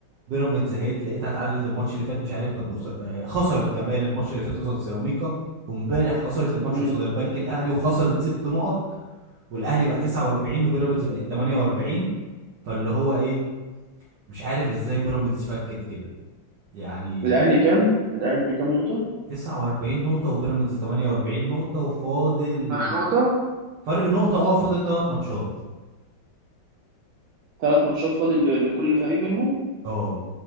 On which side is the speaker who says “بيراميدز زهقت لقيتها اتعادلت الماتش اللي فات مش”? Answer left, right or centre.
Right